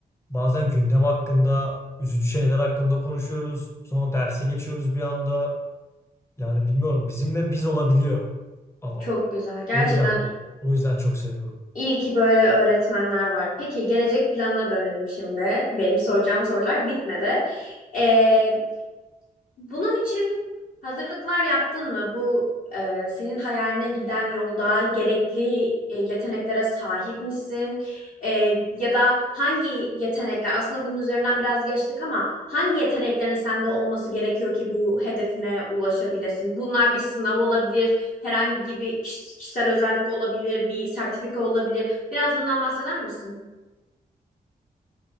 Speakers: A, on the left; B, on the left.
A: Bazen gündem hakkında, üzücü şeyler hakkında konuşuyoruz. Sonra derse geçiyoruz bir anda. Yani bilmiyorum bizimle biz olabiliyor adam.
B: Çok güzel. Gerçekten
A: O yüzden o yüzden çok seviyorum.
B: İyi ki böyle öğretmenler var. Peki gelecek planına dönelim şimdi. Benim soracağım sorular bitmedi. Ee, bunun için hazırlıklar yaptın mı? Bu e, senin hayaline giden yolda gerekli e, yeteneklere sahip misin? E, ya da hangi yetenekler, aslında bunun üzerinden biraz geçtik ama hangi yeteneklerin sende olması gerekiyor ki bu hedefine ulaşabilesin? Bunlar bir sınav olabilir, herhangi bir kiş- kişisel özellik olabilir, bir sertifika olabilir. Biraz bundan bahseder misin?